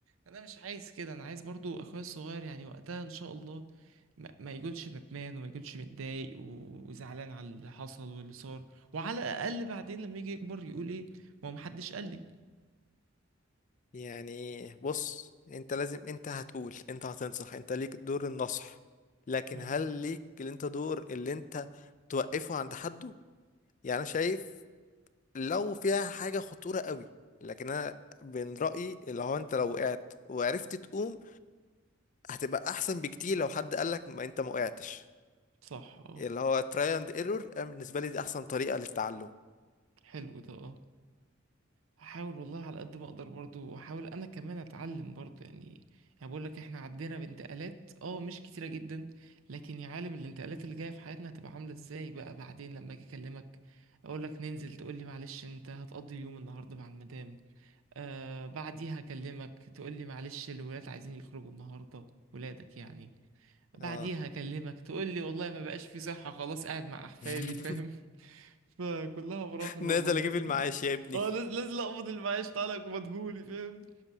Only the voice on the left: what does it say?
يعني بص انت لازم انت هتقول انت هتنصح انت ليك دور النصح لكن
هل ليك اللي انت دور اللي انت توقفه عند حده يعني انا شايف لو فيها حاجة خطورة قوي لكن أنا من رأيي اللي هو أنت لو وقعت وعرفت تقوم هتبقى أحسن بكتير لو حد قالك ما أنت ما وقعتش
اللي هو تراي اند ايرور أنا بالنسبة لي دي أحسن طريقة للتعلم
آه
<laughs>
نازل
أجيب
المعاش يا ابني